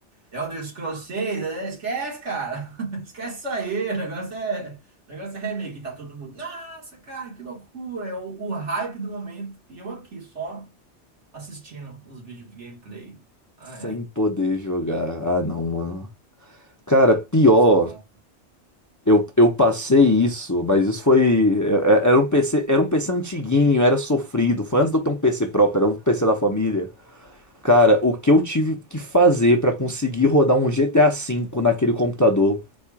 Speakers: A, on the right; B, on the left.
A: É Elder Scrolls 6, né? Esquece, cara. <laughs> Esquece isso aí. O negócio é, o negócio é remake. Tá todo mundo. Nossa, cara, que loucura. É o, o hype do momento. E eu aqui, só assistindo os vídeos de gameplay. Ai,
B: Sem
A: ai.
B: poder jogar. Ah, não, mano. Cara, pior.
A: Isso tá bom.
B: Eu, eu passei isso, mas isso foi. é- é- Era um PC, era um PC antiguinho, era sofrido. Foi antes de eu ter um PC próprio, era um PC da família. Cara, o que eu tive que fazer pra conseguir rodar um GTA V naquele computador?